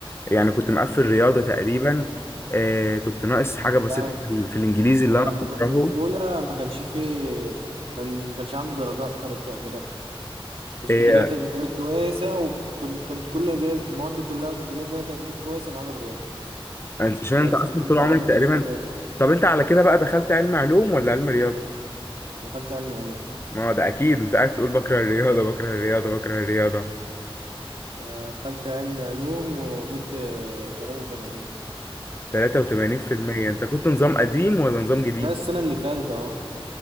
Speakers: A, on the left; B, on the right.
A: يعني كنت مقفل رياضة تقريبا آه، كنت ناقص حاجة بسيطة
B: يعني
A: في ال- في الإنجليزي اللي
B: انا لما
A: أنا بكرهه
B: كنت في اولى ما كانش فيه كان ما كانش عندي درجات كانت تقديرات بس
A: إيه
B: كنت جايب تقديرات كويسة وكنت كل جاي المواد كلها كنت جايب فيها تقديرات كويسة ما عدا الرياض
A: عشان
B: الأجزاء
A: انت اصلا
B: بتاعتها
A: طول عمرك
B: ما كنتش
A: تقريبا
B: فيها جايب
A: طب انت على كده بقى دخلت علم علوم ولا علم رياضه
B: دخلت علم علوم
A: ما هو ده اكيد انت قاعد تقول بكره الرياضه بكره الرياضه بكره الرياضه
B: دخلت علم علوم وجبت تلاتة وتمانين
A: 83% انت كنت نظام قديم ولا نظام جديد
B: لا السنة اللي فاتت أهو